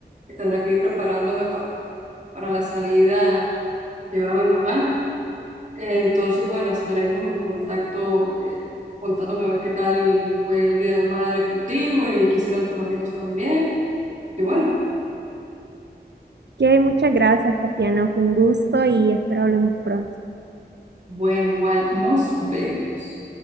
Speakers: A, on the right; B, on the right.
A: que tendré que ir preparándome para, para la salida, llevar a mi mamá. Eh, Entonces, bueno, estaremos en contacto, eh, contándome a ver qué tal fue el Día de la Madre contigo y qué hicieron tus amigos también. Igual. Bueno,
B: Ok, muchas gracias, Katiana, fue un gusto y espero hablemos pronto.
A: bueno, igual nos vemos.